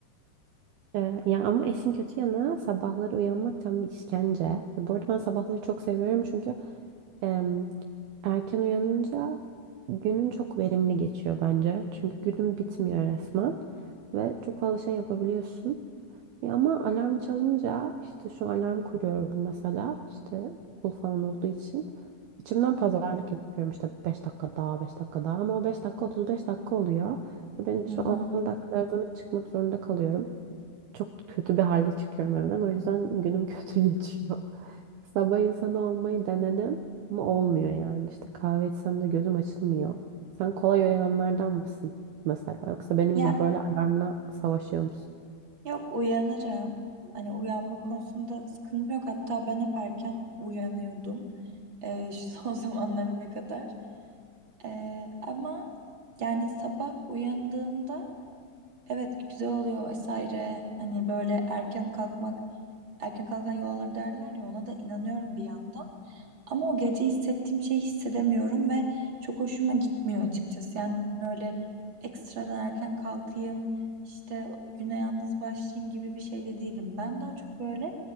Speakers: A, on the right; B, on the right.
A: Ee, ya ama işin kötü yanı sabahları uyanmak tam bir işkence. Ya bu arada ben sabahları çok seviyorum çünkü em, erken uyanınca günün çok verimli geçiyor bence. Çünkü günün bitmiyor resmen ve çok fazla şey yapabiliyorsun. Ya ama alarm çalınca işte şu alarm kuruyorum mesela işte okul falan olduğu için. İçimden pazarlık yapıyorum işte 5 dakika daha 5 dakika daha ama o 5 dakika 35 dakika oluyor. Ve Ben
B: Hı
A: şu 10
B: hı.
A: dakikada uzanıp çıkmak zorunda kalıyorum çok kötü bir halde çıkıyorum evden. O yüzden günüm <laughs> kötü geçiyor. Sabah insanı olmayı denedim ama olmuyor yani. İşte kahve içsem de gözüm açılmıyor. Sen kolay uyananlardan mısın mesela? Yoksa benim
B: Ya
A: gibi böyle alarmla savaşıyor musun?
B: Yok uyanırım. Hani uyanma konusunda sıkıntım yok. Hatta ben hep erken uyanıyordum. Ee, şu son <laughs> zamanlara kadar. Ee, ama yani sabah uyandığımda evet güzel oluyor vesaire. Hani böyle erken kalkmak, erken kalkan yol alır derler ya ona da inanıyorum bir yandan. Ama o gece hissettiğim şeyi hissedemiyorum ve çok hoşuma gitmiyor açıkçası. Yani öyle ekstradan erken kalkayım, işte güne yalnız başlayayım gibi bir şey de değilim. Ben daha çok böyle